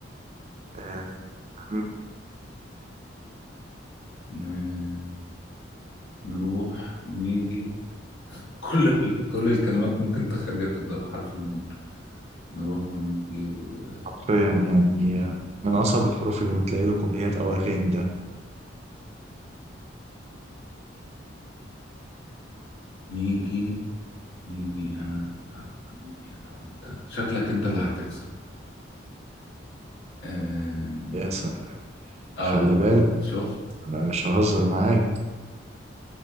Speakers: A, on the right; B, on the left.
A: آه، مم.
B: ن... نروح ونيجي كل ال... كل الكلمات ممكن تخليها تبدأ بحرف النون نروح ونيجي ونون
A: حرفيا يعني آه، من أصعب الحروف اللي بتلاقي له كوبليهات أو أغاني ده
B: نيجي نيجي أنا آه، نيجي أنا وأنت شكلك أنت اللي هتكسب آم،
A: يا سلام
B: آه
A: خلي بالك
B: شفت
A: أنا مش ههزر معاك